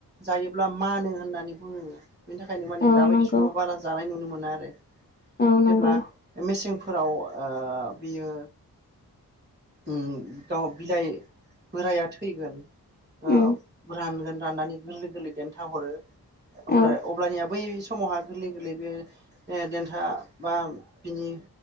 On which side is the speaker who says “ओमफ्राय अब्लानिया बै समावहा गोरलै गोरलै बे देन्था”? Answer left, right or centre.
Right